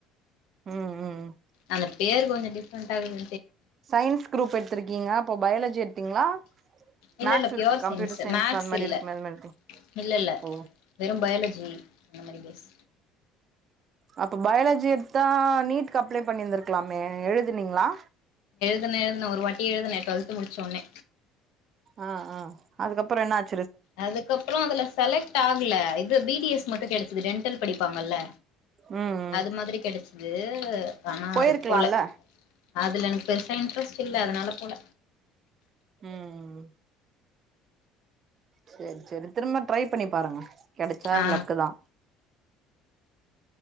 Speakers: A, on the right; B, on the left.
A: உம் உம் உம்
B: அந்த பேர் கொஞ்சோ டிப்ரெண்டா இருக்கு
A: சயின்ஸ் குரூப் எடுத்திருக்கீங்க அப்போ பயாலஜி எடுத்தீங்களா
B: இல்ல
A: maths
B: இல்ல
A: with
B: pure
A: computer
B: science
A: science
B: மேக்ஸ்
A: அந்த மாரி
B: இல்ல
A: இருக்குமே அது மாரி
B: இல்ல இல்ல
A: ஓ
B: வெறும் பயாலஜி அந்த மாரி பேஸ்
A: அப்ப பயாலாஜி எடுத்தா நீட்டுக்கு அப்ளை பண்ணிருந்திருக்கலாமே எழுதி னீங்களா
B: துன எழுதுன ஒரு வாட்டி எழுதுன டுவெல்த் முடிச்ச உடனே
A: ஆஹ் ஆஹ் அதுக்கப்றோ என்ன ஆச்
B: அதுக்கப்றோ அதுல செலக்ட் ஆகல இது பி டி எஸ் மட்டு கெடைச்சுது டெண் ட்டல் படிப்பாங்கல்ல
A: ம் ம்
B: அது மாதிரி கெடைச்சது ஆனா
A: போயிருக்கலால்ல
B: அதுக்கு போகல அதுல எனக்கு பெருசா இன்ட்ரெஸ்ட் இல்ல அதனால போல
A: உம் சேரி சேரி திரும்ப ட்ரை பண்ணி பாருங்க கெடைச்சா
B: ஆ
A: லக்குதா